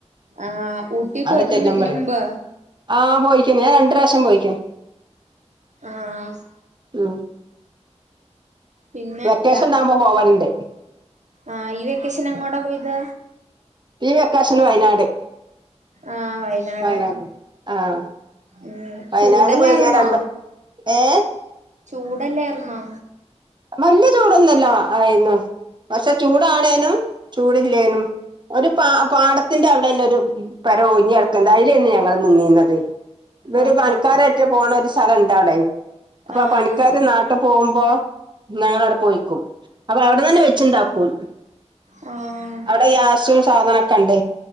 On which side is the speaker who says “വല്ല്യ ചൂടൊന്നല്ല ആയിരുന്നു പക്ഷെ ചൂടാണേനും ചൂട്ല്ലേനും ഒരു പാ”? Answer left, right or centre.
Right